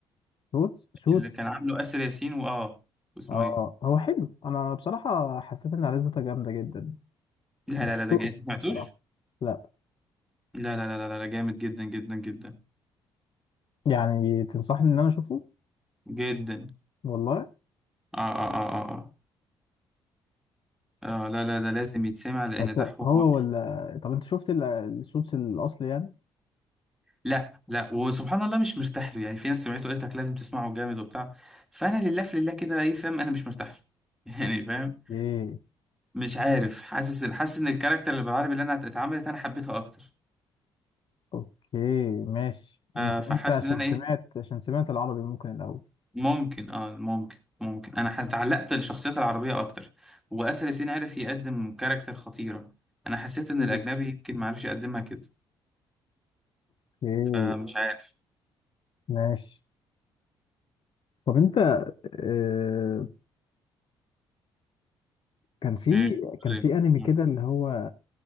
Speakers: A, on the left (about 45°); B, in the centre.
A: سوتس سوتس
B: اللي كان عامله اسر ياسين واه واسمه
A: اه
B: ايه
A: هو حلو انا بصراحه حسيت ان عريضته جامده جدا
B: لا
A: ما
B: لا
A: شفتوش
B: لا ده جامد انت ما سمعتوش
A: بصراحه لا
B: لا لا لا لا لا لا، جامد جدا جدا جدا
A: يعني تنصحني ان انا اشوفه
B: جدا
A: والله
B: اه اه اه اه اه آه، لا لا ده لازم يتسمع لان
A: بس
B: ده حوار
A: هو ولا طب انت شفت ال- الصوص الاصلي يعني
B: لا لا وسبحان الله مش مرتاح له يعني في ناس سمعته قالت لك لازم تسمعه جامد وبتاع فانا لله في لله كده ايه فاهم انا مش مرتاح له <laughs> يعني فاهم
A: ايه
B: مش عارف حاسس ان حاسس ان الكاركتر اللي بالعربي اللي انا اتعملت انا حبيتها اكتر
A: اوكي ماشي يمكن
B: آه فحاسس
A: انت عشان
B: ان انا
A: سمعت
B: ايه
A: عشان سمعت العربي ممكن الاول
B: ممكن اه ممكن ممكن انا اتعلقت بالشخصيات العربيه اكتر واسر ياسين عرف يقدم كاركتر خطيره انا حسيت ان
A: مم.
B: الاجنبي يمكن ما عرفش يقدمها كده
A: اوكي
B: فمش عارف
A: ماشي طب انت آه كان في
B: ايه بتقول
A: كان في انمي كده
B: إيه؟
A: اللي هو